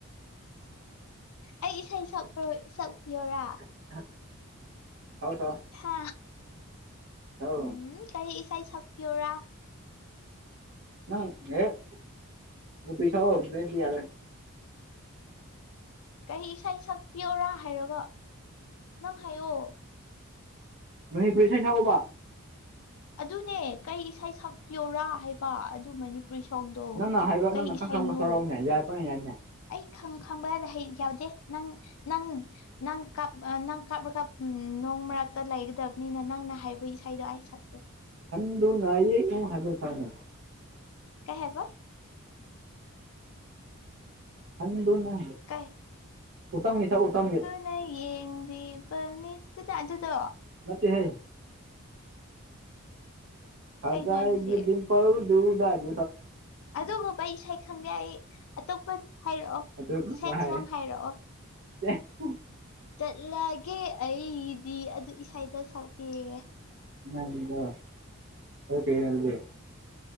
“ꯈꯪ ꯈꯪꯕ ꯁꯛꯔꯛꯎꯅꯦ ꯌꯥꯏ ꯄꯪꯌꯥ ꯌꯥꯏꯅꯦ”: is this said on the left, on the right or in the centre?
Right